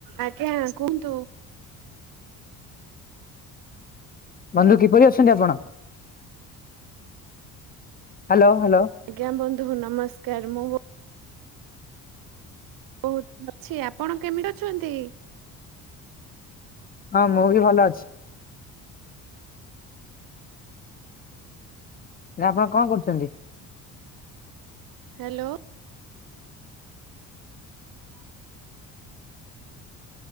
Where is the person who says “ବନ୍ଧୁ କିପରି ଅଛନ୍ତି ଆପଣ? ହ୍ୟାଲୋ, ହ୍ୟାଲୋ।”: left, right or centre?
Left